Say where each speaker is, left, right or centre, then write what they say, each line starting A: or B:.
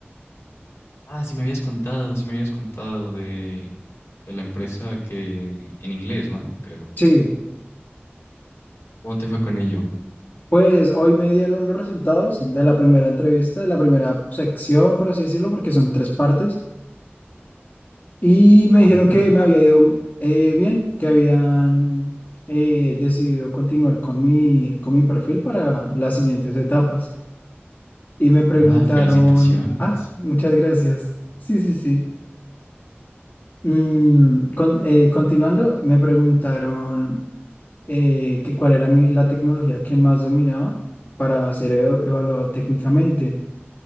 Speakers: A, on the left (about 75°); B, on the left (about 45°).
A: Ah, sí me habías contado, sí me habías contado de, de la empresa que en inglés, ¿no? Creo.
B: Sí,
A: ¿Cómo te fue con ello?
B: pues hoy me dieron los resultados de la primera entrevista, de la primera sección, por así decirlo, porque son tres partes, y me
A: ¿Cómo
B: dijeron
A: te fue?
B: que me había ido eh, bien, que habían eh, decidido continuar con mi, con mi perfil para las siguientes etapas. Y me
A: Ah,
B: preguntaron,
A: felicitaciones.
B: ah, muchas gracias. Sí, sí, sí. Mm, con- eh, continuando, me preguntaron eh, que cuál era mi- la tecnología que más dominaba para ser evalu- evaluado técnicamente.